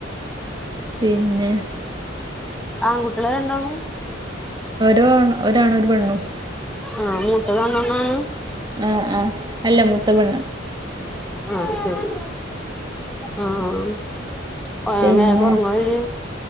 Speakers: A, on the right; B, in the centre.
A: പിന്നെ
B: ആ ആൺകുട്ട്യളെ രണ്ടാളും
A: ഓരോൺ ഒരാണ് ഒരു പെണ്ണു
B: ആഹ് മൂത്തതാനോണാണ്?
A: ആഹ് ആഹ് അല്ല മുൂത്തപെണ്ണ്
B: ആഹ് ശരി ആഹ് ആഹ് ഏഹ്
A: പിന്നെ
B: വേഗോർങ്ങവര്?